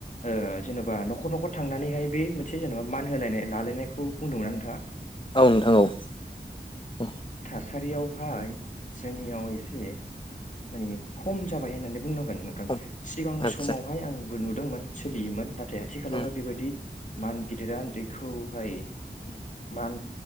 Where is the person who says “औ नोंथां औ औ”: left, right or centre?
Left